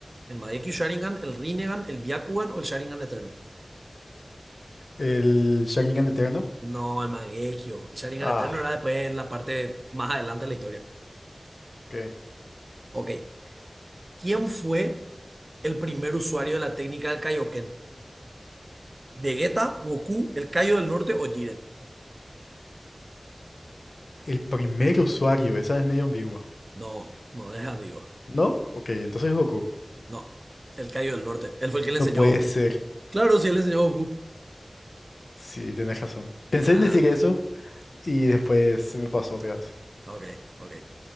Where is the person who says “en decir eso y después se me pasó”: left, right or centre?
Left